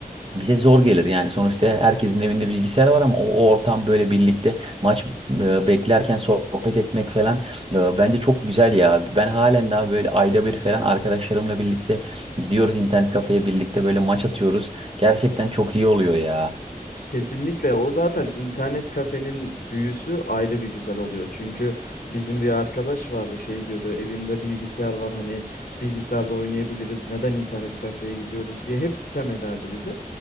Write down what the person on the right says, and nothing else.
bize zor gelir yani sonuçta herkesin evinde bilgisayar var ama o, o ortam böyle birlikte maç e, beklerken sohbet etmek falan e, bence çok güzel ya. Ben halen daha böyle ayda bir falan arkadaşlarımla birlikte gidiyoruz internet kafeye birlikte böyle maç atıyoruz. Gerçekten çok iyi oluyor ya.